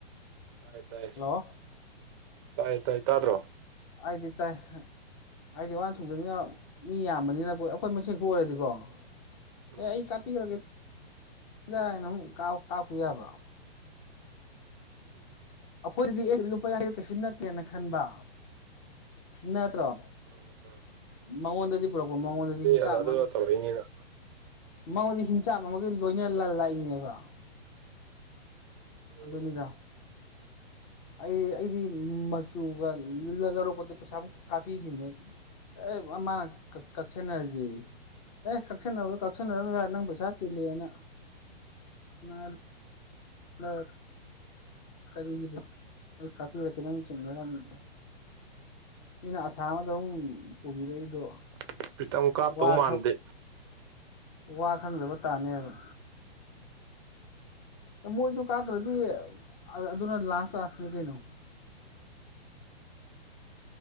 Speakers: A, on the right (about 30°); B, on the left (about 30°).
A: ꯇꯥꯏ ꯇꯥꯏ
B: ꯍꯜꯂꯣ
A: ꯇꯥꯏ ꯇꯥꯏ ꯇꯥꯗ꯭ꯔꯣ
B: ꯑꯩꯗꯤ ꯇꯥꯏ ꯑꯩꯗꯤ ꯋꯥ
A: ꯎꯝ
B: <unintelligible> ꯃꯤ ꯌꯥꯝꯕꯅꯤꯅꯀꯣꯏ ꯑꯩꯈꯣꯏ ꯃꯦꯟ ꯈꯛ ꯑꯣꯏꯔꯗꯤꯀꯣ
A: ꯎꯝ
B: ꯑꯦ ꯑꯩ ꯀꯥꯞꯄꯤꯈ꯭ꯔꯒꯦ <unintelligible> ꯅꯪ ꯀꯥꯞ ꯀꯥꯞꯈꯤ ꯌꯥꯕ
A: ꯎꯝ
B: ꯑꯩꯈꯣꯏꯗꯗꯤ ꯑꯦ ꯂꯨꯄꯥ ꯌꯥꯡꯈꯩꯗꯣ ꯀꯩꯁꯨ ꯅꯠꯇꯦꯅ ꯈꯟꯕ ꯅꯠꯇ꯭ꯔꯣ
A: ꯎꯝ
B: ꯃꯉꯣꯟꯗꯗꯤ ꯄꯨꯔꯛꯄ ꯃꯉꯣꯟꯗꯗꯤ ꯍꯤꯡꯆꯥꯞ
A: ꯑꯗꯨꯒ
B: ꯑꯃꯒꯤ
A: ꯇꯧꯔꯛꯏꯅꯤꯅ
B: ꯃꯉꯣꯟꯗ ꯍꯤꯡꯆꯥꯞ ꯑꯃꯒꯤ ꯂꯣꯏꯅ ꯂ ꯂꯥꯛꯏꯅꯦꯕ
A: ꯎꯝ
B: ꯑꯗꯨꯅꯤꯗ ꯑꯩ ꯑꯩꯗꯤ ꯃꯆꯨꯒ ꯂꯧꯔꯛꯄꯗ ꯄꯩꯁꯥꯃꯨꯛ ꯀꯥꯞꯄꯤꯈꯤꯕꯅꯦ ꯑꯩ ꯑꯦ ꯃꯥꯅ ꯀꯛ ꯀꯛꯁꯟꯅꯔꯖꯦꯌꯦ ꯑꯦ ꯀꯛꯁꯟꯅꯗꯣ ꯀꯛꯁꯤꯟꯅꯔꯅꯨ ꯅꯪ ꯄꯩꯁꯥ ꯆꯤꯜꯂꯤꯌꯦꯅ <unintelligible> <inaudible> ꯀꯔꯤꯒꯤꯅꯣ ꯑꯩ ꯀꯥꯞꯄꯤꯔꯛꯀꯦ ꯅꯪ ꯆꯤꯡꯅꯔꯝꯃꯤ ꯑꯩꯅ ꯑꯁꯥ ꯑꯃꯗ ꯑꯃꯝ ꯄꯨꯕꯤꯔꯛꯏꯗꯣ
A: <unintelligible> ꯀꯥꯞꯇꯧ
B: ꯋꯥ
A: ꯃꯥꯟꯗꯦ
B: ꯋꯥ ꯈꯪꯗꯕ ꯇꯥꯅꯦꯕ ꯑ ꯃꯣꯏꯗꯨ ꯀꯥꯞꯇ꯭ꯔꯗꯤ ꯑꯗꯨꯅ ꯂꯥꯁ ꯆꯥꯟꯁꯅꯤ ꯀꯩꯅꯣ